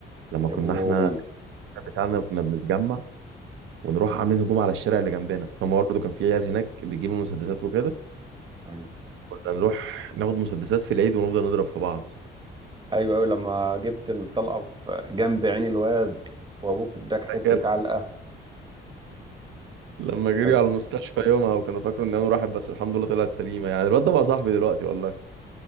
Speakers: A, on the right; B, on the right.
A: لما
B: يا
A: كنا
B: بوي
A: احنا بتاعنا كنا بنتجمع ونروح عاملين هجوم على الشارع اللي جنبنا هم برضه كان في عيال هناك بيجيبوا مسدسات وكده
B: ايوه
A: كنا نروح ناخد مسدسات في العيد ونفضل نضرب في بعض
B: ايوه ايوه لما جبت الطلقه في جنب عين الواد وابوك اداك حته
A: فاكر
B: علقه
A: لما جريوا
B: آه.
A: على المستشفى يومها وكانوا فاكروا ان انا راحت بس الحمد لله طلعت سليمه يعني الواد ده بقى صاحبي دلوقتي والله